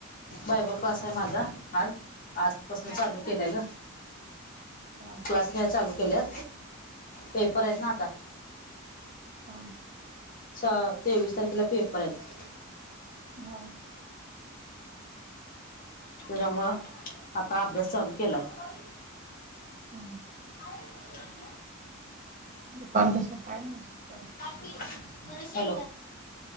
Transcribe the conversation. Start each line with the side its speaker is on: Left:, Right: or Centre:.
Left: बायबल क्लास
Right: हा
Left: आहे माझा आज आज पासन चालू केलाय ग
Right: हां ह
Left: क्लास घ्याय चालू केल्यात पेपर आहेत ना आता
Right: हा
Left: च तेवीस तारखेला पेपर आहेत
Right: हा
Left: त्याच्या मुळ आता अभ्यास चालू केलाय
Right: हा
Left: <unintelligible>
Right: दुकान कसं काय नाही वि चाल
Left: हॅलो मला शेंगदाण